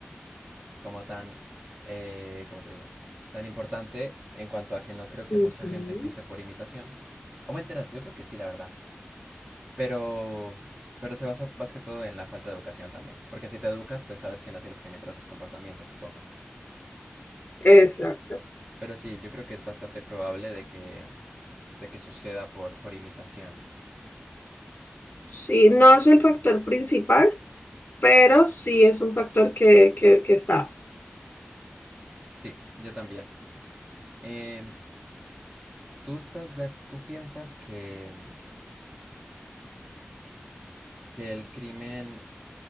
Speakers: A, on the right; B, on the left.
A: como tan, eh, ¿cómo te digo? Tan importante en cuanto a que no creo que mucha
B: Ujú,
A: gente empiece por imitación. O me enteras, yo creo que sí, la verdad. Pero, pero se basa más que todo en la falta de educación también. Porque si te educas, pues sabes que no tienes que imitar sus comportamientos, supongo.
B: Exacto.
A: Pero sí, yo creo que es bastante probable de que, de que suceda por, por imitación.
B: Sí, no es el factor principal, pero sí es un factor que, que, que está.
A: Sí, yo también. Em, ¿tú estás de, ac- tú piensas que, que el crimen